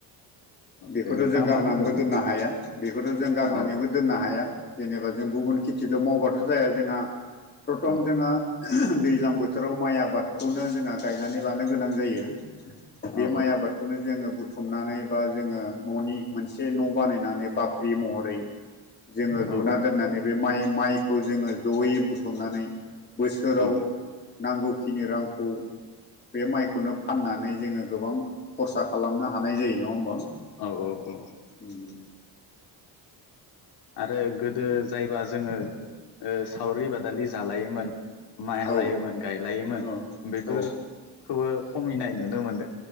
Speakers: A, on the left; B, on the left.
A: बेखौथ'
B: दे नोंथाङा
A: जों गारनानैबो
B: मा बुंदोंमोन
A: दोननो हाया बेखौथ' जों गारनानैबो
B: औ
A: दोननो हाया जेनेबा जों गुबुन खेथिल' मावबाथ' जाया जोंहा प्रथम
B: औ
A: जोंहा दैज्लां बोथोराव माइ आबादखौनो जोंहा गायनानै लानो गोनां जायो। बे
B: औ
A: माइआ जों बुथुमनानै बा जोङो ननि मोन न' बानायनानै बाख्रि महरै जोङो लुना
B: औ
A: दोननानै बे माइ माइखौ जोङो जयै बुथुमनानै बोसोराव
B: औ
A: नांगौ खिनि रांखौ बे माइखौनो फाननानै जोङो गोबां खरसा खालामनो हानाय जायो नङा होमबा।
B: औ औ औ
A: उम
B: आरो गोदो जायबा जोङो ओ सावरि बादालि जालायोमोन माइ हालायोमोन
A: औ
B: गायलायोमोन
A: औ
B: बेफोरखौबो
A: औ
B: खमिनाय नुनो मोनदों।